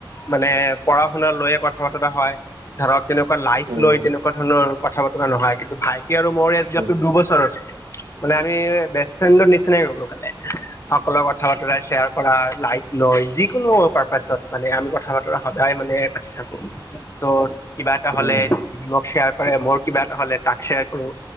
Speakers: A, on the left; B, on the right.
A: মানে পঢ়া শুনা ল লৈয়ে কথা বতৰা হয় ধৰক। তেনেকুৱা লাইফ
B: উম
A: লৈ তেনেকুৱা ধৰণৰ কথা বতৰা নহয় কিন্তু ভাইটি আৰু মোৰ এজ গেপ
B: উম
A: টো দুবছৰৰ। মানে আমি বেষ্ট ফ্ৰেণ্ডৰ নিচিনাই গলো মানে সকলো কথা বতৰা শ্বেয়াৰ কৰা, লাইফ লৈ যিকোনো পাৰ্পাছত মানে আমি কথা বতৰা সদায় মানে পাতি থাকো। ত কিবা এটা হলে
B: উম
A: সি মোক শ্বেয়াৰ কৰে মোৰ কিবা এটা হলে তাক শ্বেয়াৰ কৰো।